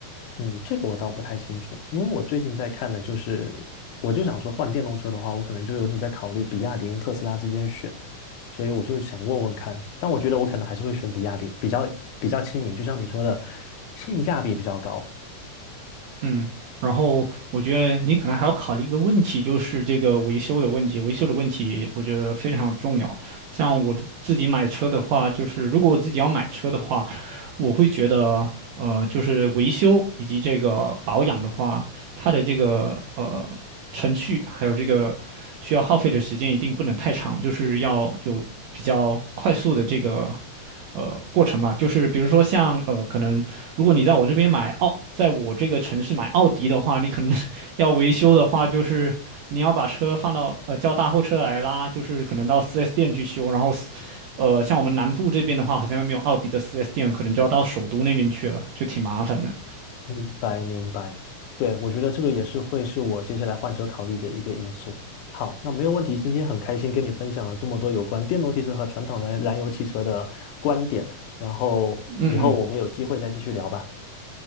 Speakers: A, on the left; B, on the right.
A: 嗯，这个我倒不太清楚，因为我最近在看的就是，我就想说换电动车的话，我可能就有点在考虑比亚迪跟特斯拉之间选，所以我就想问问看，但我觉得我可能还是会选比亚迪，比较比较亲民，就像你说的，性价比比较高。
B: 嗯，然后我觉得你可能还要考虑一个问题，就是这个维修的问题。维修的问题，我觉得非常重要。像我自己买车的话，就是如果我自己要买车的话，我会觉得，呃，就是维修以及这个保养的话，它的这个呃程序还有这个需要耗费的时间一定不能太长，就是要有比较快速的这个呃过程嘛。就是比如说像呃可能如果你在我这边买奥，在我这个城市买奥迪的话，你可能 <laughs> 要维修的话，就是你要把车放到呃叫大货车来拉，就是可能到 4S 店去修，然后四呃，像我们南部这边的话，好像又没有奥迪的 4S 店，可能就要到首都那边去了，就挺麻烦的。
A: 明白，明白。对，我觉得这个也是会是我接下来换车考虑的一个因素。好，那没有问题，今天很开心跟你分享了这么多有关电动汽车和传统燃燃油汽车的观点，然后以后我们有机会再继续聊吧，
B: 嗯嗯